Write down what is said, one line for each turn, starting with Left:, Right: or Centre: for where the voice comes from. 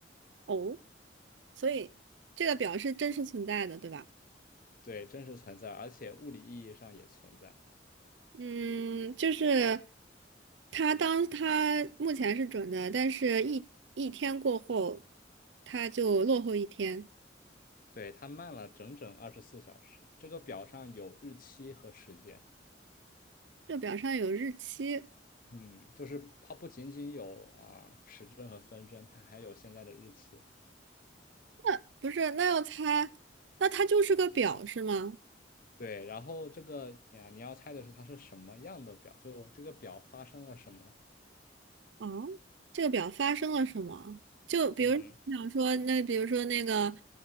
Right: 哦，所以这个表是真实存在的，对吧？
Left: 对，真实存在，而且物理意义上也存在。
Right: 嗯，就是它当它目前是准的，但是一一天过后，它就落后一天。
Left: 对，它慢了整整二十四小时。这个表上有日期和时间。
Right: 这表上有日期，
Left: 嗯，就是它不仅仅有啊时针和分针，它还有现在的日期。
Right: 那不是，那要猜，那它就是个表是吗？
Left: 对，然后这个啊，你要猜的是它是什么样的表，就这个表发生了什么。
Right: 哦，这个表发生了什么？就比如想说，
Left: 嗯，
Right: 那比如说那个，